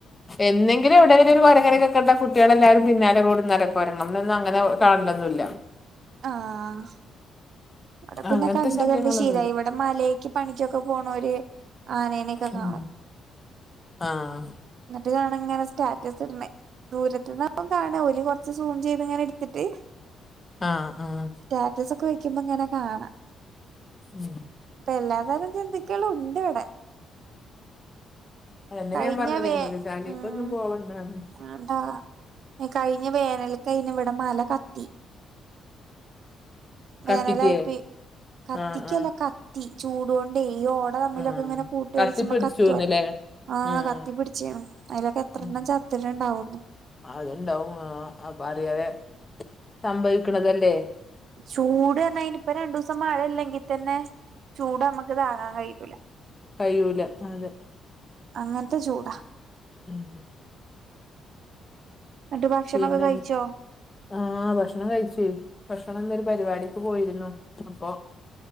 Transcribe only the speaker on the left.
എന്നെങ്കിലും വ്ടെരു കൊരങേനെ ക്കെകണ്ടാ കുട്ടികള ല്ലാരും പിന്നാലെ കൂടെ നടക്കും കൊരങ്ങൊന്നും അങ്ങനെ കാണലൊന്നുംല്ല
അങ്ങനത്തെ
ശല്യങ്ങളൊന്നുല്ല
ഉം
ആഹ്
ആഹ് ആഹ്
മ്
അതെന്നെ
ഞാൻ പറഞ്ഞത്
മൃഗശാലിക്കോന്നും
പോവണ്ടാന്ന്
കത്തിക്കേ
ആഹ് ആഹ്
ആഹ്
കത്തിപ്പിടിച്ചുന്ന്ല്ലേ
ഉം
ഉം
അത്ണ്ടാവും ങാ അപ്പ അറിയാതെ സംഭവിക്ണതല്ലേ
കഴൂല അതെ
ഉം
പിന്നെ
ആഹ് ഭക്ഷണം കഴ്ച്ചുയ് ഭക്ഷണം ന്നൊരു പരിപാടിക്ക് പോയിരുന്നു അപ്പൊ